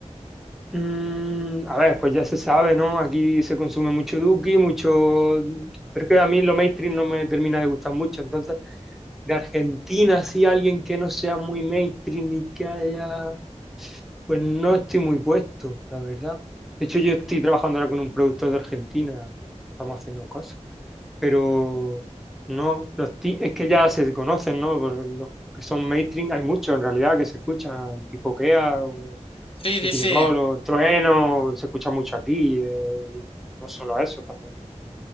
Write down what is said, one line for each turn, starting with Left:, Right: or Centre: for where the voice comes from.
Centre: mm, a ver, pues ya se sabe, ¿no? Aquí se consume mucho Duki, mucho. Pero es que a mí lo mainstream no me termina de gustar mucho. Entonces, de Argentina, sí, alguien que no sea muy mainstream y que haya. Pues no estoy muy puesto, la verdad. De hecho, yo estoy trabajando ahora con un productor de Argentina. Estamos haciendo cosas. pero no, los ti- es que ya se conocen, ¿no? Por los que son mainstream, hay muchos en realidad que se escuchan, tipo Kea o
Left: Sí, sí,
Centre: Nicky
Left: sí.
Centre: Nicole o Trueno, se escucha mucho aquí, eh, y no solo eso, también